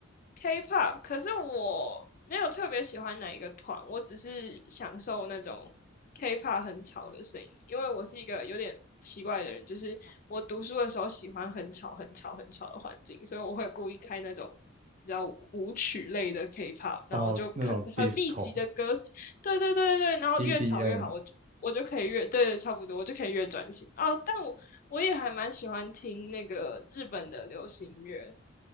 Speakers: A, on the left; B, on the right.
A: K-pop，可是我没有特别喜欢哪一个团，我只是享受那种 K-pop 很吵的声音，因为我是一个有点奇怪的人，就是我读书的时候喜欢很吵、很吵、很吵的环境，所以我会故意开那种。比较舞曲类的 K-pop，然后就很很密集的歌词，
B: 哦，那种 disco。
A: 对对对对对，然后越吵越好，
B: EDN，
A: 我我就可以越对，差不多，我就可以越专心啊。但我我也还蛮喜欢听那个日本的流行乐。